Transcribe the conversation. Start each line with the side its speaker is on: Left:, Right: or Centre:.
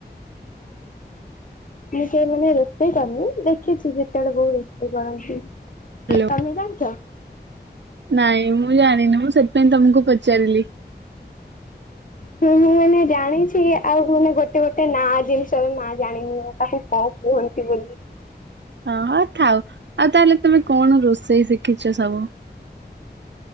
Left: ମୁଁ କେହି ମାନେ ରୋଷେଇ କରିନି, ଦେଖିଛି ଯେତେବେଳେ ବଉ ରୋଷେଇ କରନ୍ତି।
Right: ହ୍ୟାଲୋ।
Left: ତମେ ଜାଣିଚ?
Right: ନାଇଁ ମୁଁ ଜାଣିନି? ମୁଁ ସେଥିପାଇଁ ତମକୁ ପଚାରିଲି। ହ
Left: ହଁ, ମୁଁ ମାନେ ଜାଣିଛି, ଆଉ ମାନେ ଗୋଟେ ଗୋଟେ ନା ଜିନିଷ ନା ଜାଣିନି? ତାକୁ କଣ କୁହନ୍ତି ବୋଲି?
Right: ହଁ, ହଁ ଥାଉ ଆଉ ତାହେଲେ, ତମେ କଣ ରୋଷେଇ ଶିଖିଛ ସବୁ?